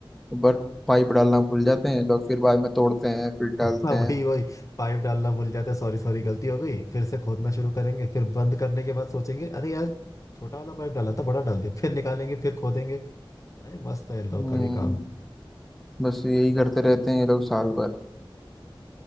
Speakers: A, in the centre; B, on the left.
A: ऊपर पाइप डालना भूल जाते हैं लोग फिर बाद में तोड़ते हैं फिर डालते
B: हाँ
A: हैं
B: वही वही पाइप डालना भूल जाते सॉरी सॉरी गलती हो गई फिर से खोदना शुरू करेंगे फिर बंद करने के बाद सोचेंगे अरे यार छोटा वाला पाइप डाला था बड़ा डाल दिया फिर निकालेंगे फिर खोदेंगे अरे मस्त है इन लोग
A: हम्म,
B: का भी काम
A: बस यही करते रहते हैं ये लोग साल भर